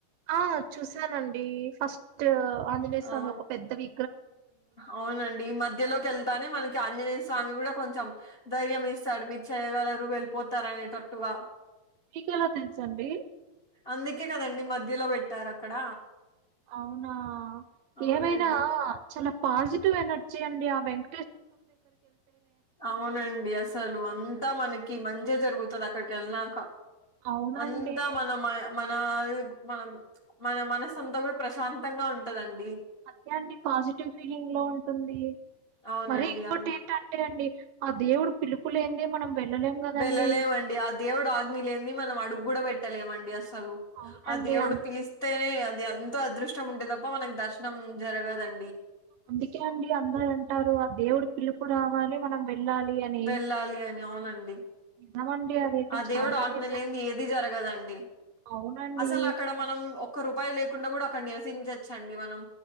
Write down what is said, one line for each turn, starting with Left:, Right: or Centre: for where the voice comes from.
Right: ఆ చూసానండి ఫస్ట్ ఆంజనేయస్వామి
Left: అవును
Right: ఒక పెద్దవి
Left: అవునండి మధ్యలోకి వెళ్తానే మనకి ఆంజనేయ స్వామి కూడా కొంచెం ధైర్యం ఇస్తాడు మీరు చేయ్యగలరు వెళ్ళిపోతారనేటట్టుగా
Right: మీకెలా తెలుసండి
Left: అందుకే కదండి మధ్యలో పెట్టారు అక్కడ
Right: అవునా
Left: అవునండి
Right: ఏమైనా చాలా పాజిటివ్ ఎనర్జీ అండి ఆ వెంక
Left: అవునండి అసలు అంత అంతా మనకి మంచే జరుగుతది అక్కడికి వెళ్లినాక
Right: అవునండి.
Left: అంతా మన మ మన మనం మన మనసు అంతా కూడా ప్రశాంతంగా ఉంటదండి
Right: అదే అండి పాజిటివ్ ఫీలింగ్ లో ఉంటుంది
Left: అవునండి
Right: మరి ఎక్కువ
Left: అం
Right: టైం పట్టలేదండి ఆ దేవుడు పిలుపు లేనిదే మనం వెళ్ళలేం గదండి.
Left: వెళ్ళలేమండి ఆ దేవుడు ఆజ్ఞలేనిదే మనం అడుగు కూడా పెట్టలేమండి అసలు అసలు
Right: అవునండి
Left: ఆ దేవుడు
Right: అన్
Left: పిలిస్తేనే అది ఎంతో అదృష్టం ఉంటే తప్ప మనకు దర్శనం జరగదండి
Right: అందుకే అండి అందరు అంటారు ఆ దేవుడు పిలుపు రావాలి మనం వెళ్ళాలి అని.
Left: వెళ్ళాలి అని అవునండి
Right: నిజమండి అదైతే
Left: ఆ దేవుడు
Right: చాలా
Left: ఆజ్ఞ
Right: నిజం.
Left: లేనిదే ఏది జరగదండి
Right: అవునండి
Left: అసలు అక్కడ మనం ఒక్క రూపాయి లేకుండా కూడా నివసించొచ్చు అండి మనం